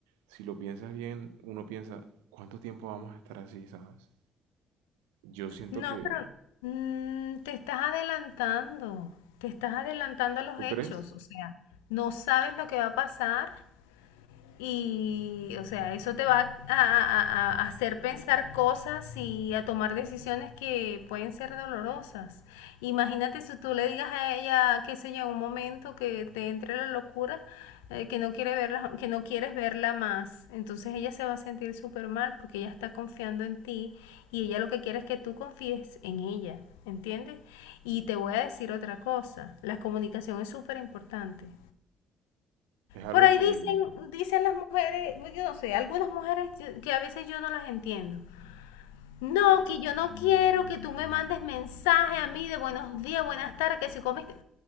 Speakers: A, on the right; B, on the left.
A: si lo piensas bien, uno piensa, ¿cuánto tiempo vamos a estar así, sabes? Yo siento
B: No,
A: que,
B: pero mm, te estás adelantando, te estás adelantando a los
A: ¿tú
B: hechos,
A: crees?
B: o sea, no sabes lo que va a pasar Y, o sea, eso te va a, a- a- a hacer pensar cosas y a tomar decisiones que pueden ser dolorosas. Imagínate si tú le digas a ella, qué sé yo, en un momento que te entre la locura, eh, que no quiere verla, que no quieres verla más. Entonces ella se va a sentir súper mal porque ella está confiando en ti y ella lo que quiere es que tú confíes en ella, ¿entiendes? Y te voy a decir otra cosa, la comunicación es súper importante.
A: Es algo
B: Por ahí
A: que,
B: dicen, dicen las mujeres, pues, yo no sé, algunas mujeres que a veces yo no las entiendo. No, que yo no quiero que tú me mandes mensaje a mí de buenos días, buenas tardes, que si comiste.